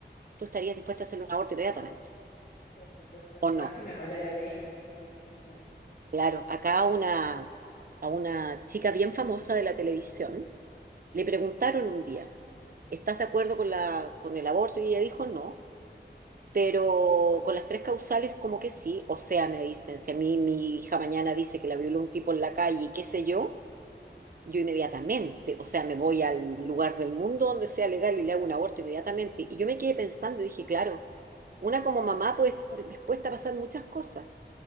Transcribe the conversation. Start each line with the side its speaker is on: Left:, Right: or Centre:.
Right: tú estarías
Left: ujú,
Right: dispuesta a hacerle un aborto inmediatamente.
Left: por supuesto,
Right: ¿O
Left: y más
Right: no?
Left: si me avala la ley, ¿sí? Ni hablar.
Right: Claro, acá a una, a una chica bien famosa de la televisión le preguntaron un día, ¿estás de acuerdo con la, con el aborto? Y ella dijo no, pero con las tres causales como que sí. O sea, me dicen, si a mí mi hija mañana dice que la violó un tipo en la calle y qué sé yo, yo inmediatamente, o sea, me voy al lugar del mundo donde sea legal y le hago un aborto inmediatamente. Y yo me quedé pensando y dije, claro, una como mamá puede estar dispuesta a pasar muchas cosas